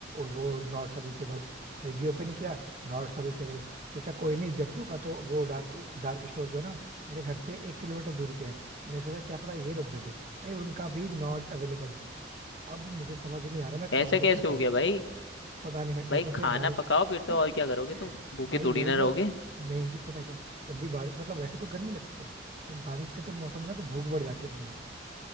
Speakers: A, on the right; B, on the left.
A: वो नॉट सर्विसेबल स्विगी ओपन किया नॉट सर्विसेबल सोचा कोई नहीं जेप्टो का तो वो डार्क डार्क स्टोर जो है ना मेरे घर से एक किलोमीटर दूरी पे है मैंने सोचा क्या पता ये लोग दे दे भाई उनका भी नॉट अवेलेबल अब मुझे समझ नहीं आ रहा मैं
B: ऐसा
A: खाऊं
B: कैसे
A: तो क्या खाऊं
B: हो गया भाई
A: पता नहीं भाई
B: भाई
A: ऊपर से
B: खाना
A: बारिश
B: पकाओ
A: <laughs>
B: फिर तो
A: भाई
B: और क्या करोगे तुम भूखे थोड़ी
A: वही
B: ना
A: ना
B: रहोगे
A: मेन चीज पता है क्या है? जब भी बारिश मतलब वैसे तो गर्मी लगती है बट बारिश का जब मौसम हो ना तो भूख बढ़ जाती है अपने